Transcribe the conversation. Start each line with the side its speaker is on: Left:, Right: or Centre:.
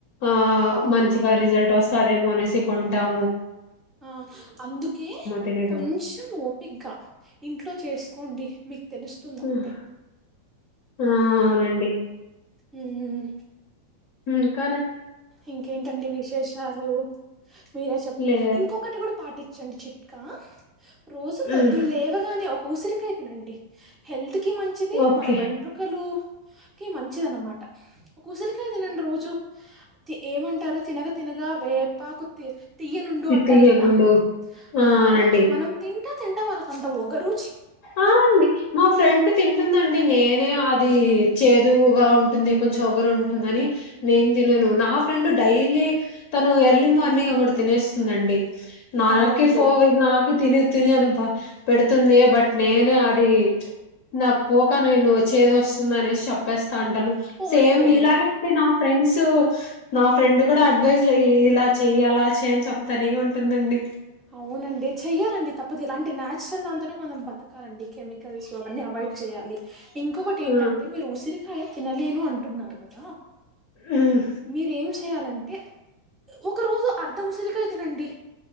Left: ఆ
Right: అవునండి
Left: మంచిగా రిజల్ట్ వస్తాదేమో అనేసి కొంటాం
Right: ఆ అందుకే
Left: తెలీదు
Right: కొంచం ఓపికగా ఇంట్లో చేసుకోండి మీకు తెలుస్తుంది
Left: హ్మ్.
Right: అ ప్పుడే
Left: ఆ అవునండి
Right: ఊమ్
Left: ఇంక్
Right: ఇంకేంటండి విశేషాలు మీరే చెప్పాలి
Left: లే
Right: ఇంకొకటి పాటించ చడు చిట్కా రోజు పొద్దున్న
Left: హ్మ్.
Right: లేవగానే ఒక ఉసిరికయి తినండి హెల్త్ కి కి మంచిది
Left: ఓకే
Right: మన వెంట్రుకలు క మంచిది అన్నమాట ఒక ఉసిరికాయ తినండి రోజు ఏమంటారు తినగ తినక వేపాకుత్త తియనుండు అంటారు
Left: తీయగుండు
Right: కదా అలా
Left: ఆ అవునండి
Right: మనం తి ఆ తింటా మనకంత వగరు
Left: ఆ అండి మా ఫ్రెండ్ తింటుందండి నేనే ఆ ఇది చేదుగా ఉంటుంది కొంచెం ఒగరు ఉంటుందని నేన్ తినను నా ఫ్రెండ్ డైలీ తను ఎర్లీ మార్నింగ్ అప్పుడు తినేస్తుందండి
Right: తినాలండి
Left: నాకి ఫో నాకి తిన తినను బ పెడుతుంది బట్ నేనే అది నాకు పోక నేను చేదు వస్తుంది అనేసి చెప్పేస్ స్తటాను
Right: పోనీలండి
Left: సేమ్ నీలాగేండి నా ఫ్రెండ్స్సు నా ఫ్రెండ్ కూడా అడ్వైజ్ ఇలా చెయ్యాల చేయని చెప్ <unintelligible> ఉంటుందండి
Right: అవునండి చెయ్యాలండి తప్పదు ఇలాంటి నేచురల్ గా అంతనే మనం బతకాలండి కెమికల్స్ అవన్నీ అవాయిడ్ చేయ్యాలి ఇంకొకటి
Left: ఆ
Right: ఏంటంటే మీరు ఉసిరి కాయ తినలేను అంటున్నారు కదా
Left: ఉమ్
Right: మీరేం చేయాలంటే ఒక రోజు అర్ధం ఉసిరికాయ తినండి